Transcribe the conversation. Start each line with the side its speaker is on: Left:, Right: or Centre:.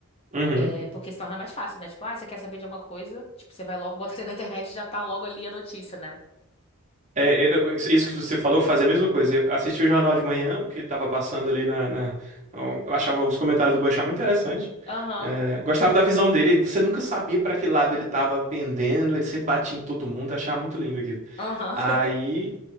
Right: Uhum.
Left: É, porque se torna mais fácil, né? Tipo, ah, você quer saber de alguma coisa? Tipo, você vai logo, <laughs> bota ali na internet e já tá logo ali a notícia, né?
Right: É, eu- eu- isso que você falou, eu fazia a mesma coisa. Eu assistia o jornal de manhã, porque tava passando ali na, na- Eu achava os comentários do Boechat muito interessante.
Left: Aham,
Right: É, gostava da visão dele. Você nunca sabia para que lado ele tava pendendo, ele sempre batia em todo mundo, eu achava muito lindo aquilo.
Left: aham,
Right: Aí.
Left: <laughs>